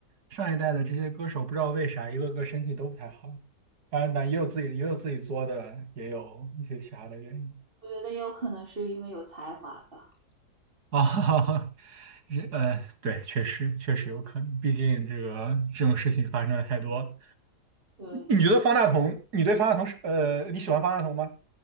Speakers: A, on the right (about 80°); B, on the right (about 35°).
A: 上一代的这些歌手，不知道为啥一个个身体都不太好。当然，那也有自己也有自己作的，也有一些其他的原因。
B: 我觉得也有可能是因为有才华吧。
A: 啊，<laughs> 这呃，对，确实确实有可能，毕竟这个这种事情发生的太多了。
B: 对，
A: 你觉得方大同，你对方大同是呃，你喜欢方大同吗？